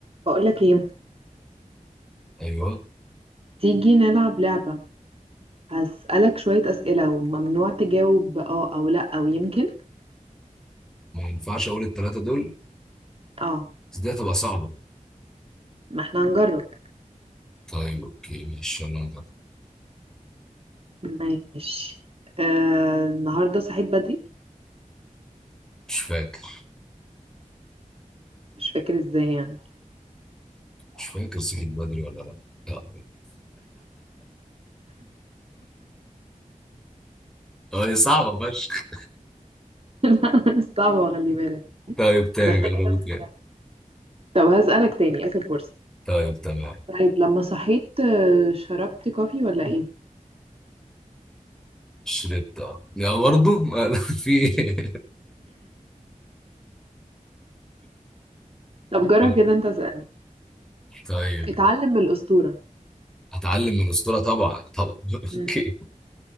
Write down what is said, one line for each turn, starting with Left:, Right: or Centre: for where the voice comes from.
Right: بقولك ايه
Centre: ايوه
Right: تيجي نلعب لعبة هسألك شوية أسئلة وممنوع تجاوب اه أو لأ أو يمكن
Centre: ما ينفعش اقول الثلاثه دول
Right: اه
Centre: بس دي هتبقى صعبه
Right: ما احنا هنجرب
Centre: طيب اوكي ماشي يلا نجرب
Right: ماشي آه النهاردة صحيت بدري
Centre: مش فاكر
Right: مش فاكر ازاي يعني
Centre: مش فاكر صحيت بدري ولا لا لا. اه <laughs> هي صعبه فشخ
Right: <laughs> صعبة خلي بالك
Centre: طيب تاني
Right: محتاجة
Centre: جربوا
Right: بس
Centre: تاني
Right: طب هسألك تاني آخر فرصة
Centre: طيب تمام
Right: طيب لما صحيت آه، شربت كوفي ولا ايه
Centre: شربت اه لا برضه <laughs> في إيه؟
Right: طب جرب
Centre: طب-
Right: كده انت اسألني
Centre: طيب
Right: اتعلم من الأسطورة
Centre: اتعلم من الاسطوره طبعا طبعا <laughs>
Right: مم،
Centre: اوكي